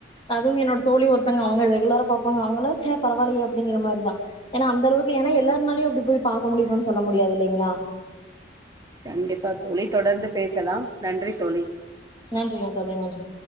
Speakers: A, on the left (about 25°); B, on the right (about 20°).
A: அதுவும் என்னோட தோழி ஒருத்தங்க அவங்க ரெகுலரா பாப்பாங்க அவங்களா சே பரவால்லயே அப்டிங்கிற மாரிதா ஏன்னா அந்த அளவுக்கு ஏன்னா எல்லாருனாலயும் அப்டி போய் பாக்க முடியுமானு சொல்ல முடியாது இல்லைங்களா
B: கண்டிப்பா தோழி தொடர்ந்து பேச சலாம் நன்றி தோழி
A: நன்றிங்க தோழி நன்றி